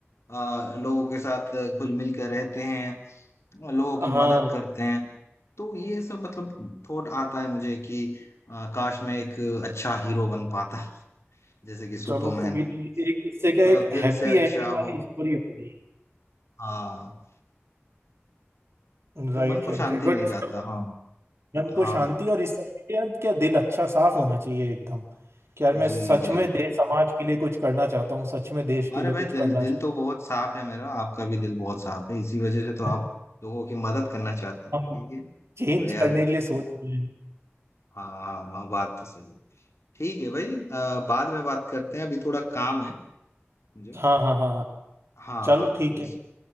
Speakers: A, on the left; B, on the right.
A: अ, लोगों के साथ घुल मिल कर रहते हैं लोगों की
B: हाँ
A: मदद करते हैं तो ये सब मतलब थॉट आता है मुझे कि अ, काश मैं एक अच्छा हीरो बन पाता जैसे कि सुपरमैन
B: चलो कोई नहीं एक इससे क्या
A: मतलब
B: एक
A: दिल
B: हैप्पी
A: से अच्छा
B: एंडिंग वाली
A: हो
B: स्टोरी होगी
A: हाँ तो
B: राइट
A: मन को
B: राइट
A: शांति
B: राइट बट
A: मिल जाता है। हाँ
B: मन को
A: हाँ
B: शांति
A: भाई
B: और इस सब के लिए यार क्या दिल अच्छा साफ होना चाहिए एकदम कि यार मैं
A: जी
B: सच
A: जी
B: में देश समाज के लिए कुछ करना चाहता हूँ सच में देश के
A: अरे
B: लिए
A: भाई
B: कुछ
A: दिल
B: करना
A: दिल
B: चाहता
A: तो बहुत साफ है मेरा आपका भी दिल बहुत साफ है इसी वजह से तो आप
B: हूँ
A: लोगों की मदद करना चाहते
B: <laughs>
A: हैं
B: हम
A: ठीक है
B: चेंज
A: बढ़िया
B: करने
A: है भाई
B: के लिए सोच रहे हैं
A: हाँ हाँ हाँ, बात तो सही है ठीक है भाई अ, बाद में बात करते हैं अभी थोड़ा काम है मुझे
B: हाँ हाँ हाँ हाँ
A: हाँ
B: चलो
A: हाँ
B: ठीक
A: तो
B: है
A: इस-